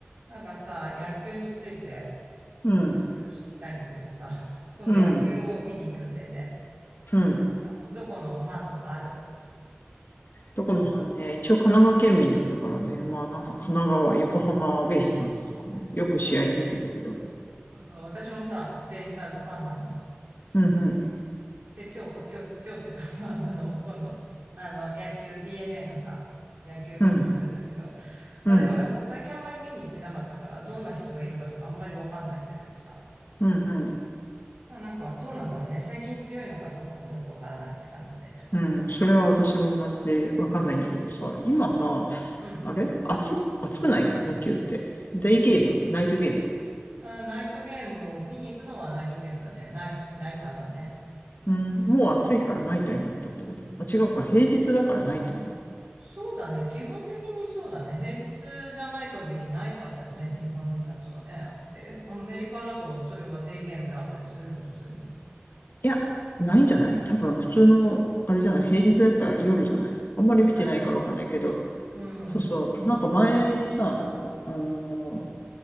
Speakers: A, on the right; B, on the left.
A: なんかさ、野球について
B: うん、
A: いろいろ知りたいんだけどさ、<laughs> 今度野球を見に行く予定で、
B: うん、
A: なん
B: うん。
A: かどこのファンとかある
B: どこの班ね、一応神奈川県民だったからね、まあなんか神奈川、
A: うん。
B: 横浜ベイスターズとかね、よく試合見てたけど、
A: あ、そうそう、私もさ、ベイスターズファンなの。
B: うんうん、
A: で、今日、あ、今日、今日っていうか、<laughs> まああの、今度、あの、野球 DNA のさ、野球見に行くんだけど、
B: うん、
A: まあでもなんか最近あんまり見に行ってなかったから、
B: うん、
A: どんな人がいるかとかあんまりわかんないんだけどさ、
B: うん、うん。
A: まあなんかどうなんだろうね。最近強いのかどうかもよくわからないって感じで。
B: うん、それは私も同じでわかんないんだけどさ、今さ、
A: うん。
B: あれ暑、暑くないの野球って。デイゲームナイトゲーム
A: あー、ナイトゲームを見に行くのはナイトゲームだね。ナイ、ナイターだね。
B: うん、もう暑いからナイターになったってことあ、違うか、平日だからナイターかな。
A: いやそうだね。基本的にそうだね。平日じゃない限りナイターだよね。日本のやつはね。え、アメリカだとそれはデイゲームであったりするの、普通に。
B: いや、ないんじゃない多分普通の、あれじゃない平日はやっぱ夜じゃないあんまり見てないからわかんないけど、
A: だよね。うん。
B: そうそう。なんか前にさ、なんか、あの